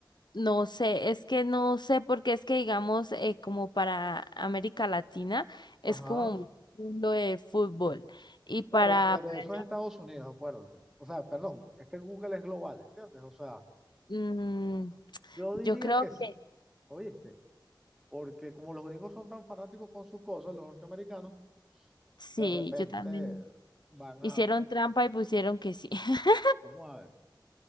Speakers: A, on the left; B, in the centre.
A: no sé, es que no sé porque es que digamos eh, como para América Latina es
B: Ajá.
A: como un mundo de fútbol y para,
B: Claro, pero
A: para
B: eso
A: allá,
B: es Estados Unidos, acuérdate. O sea, perdón, es que Google es global, ¿entiendes? O sea,
A: mm,
B: yo diría
A: yo creo
B: que sí,
A: que
B: ¿oíste? Porque como los gringos son tan fanáticos con sus cosas, los norteamericanos,
A: sí,
B: de repente
A: yo también
B: van
A: hicieron
B: a, yo-
A: trampa y pusieron que sí. <laughs>
B: vamos a ver,